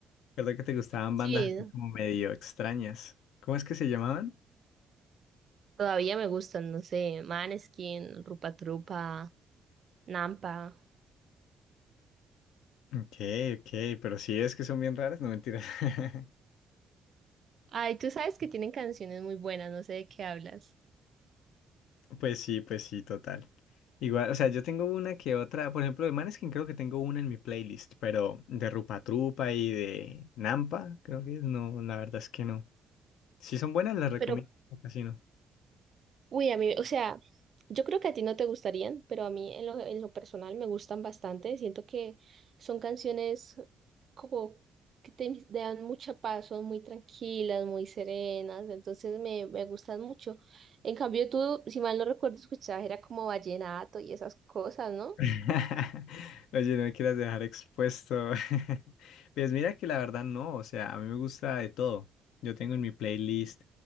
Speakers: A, on the left; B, on the right.
A: Recuerdo que te gustaban
B: Sí,
A: bandas así como medio extrañas. ¿Cómo es que se llamaban?
B: todavía me gustan, no sé, Maneskin, Rupa Trupa, Nampa.
A: Ok, ok, pero sí es que son bien raras, no mentiras. <laughs>
B: Ay, tú sabes que tienen canciones muy buenas, no sé de qué hablas.
A: Pues sí, pues sí, total. Igual, o sea, yo tengo una que otra, por ejemplo, de Maneskin creo que tengo una en mi playlist, pero de Rupa Trupa y de Nampa, creo que es, no, la verdad es que no. Si son buenas, las recomiendo,
B: Pero,
A: o casi no.
B: uy, a mí, o sea, yo creo que a ti no te gustarían, pero a mí en lo, en lo personal me gustan bastante. Siento que son canciones como que te te dan mucha paz, son muy tranquilas, muy serenas, entonces me, me gustan mucho. En cambio, tú, si mal no recuerdo, escuchabas, era como vallenato y esas cosas, ¿no?
A: <laughs> Oye, no me quieras dejar expuesto. <laughs> Pues mira que la verdad no, o sea, a mí me gusta de todo. Yo tengo en mi playlist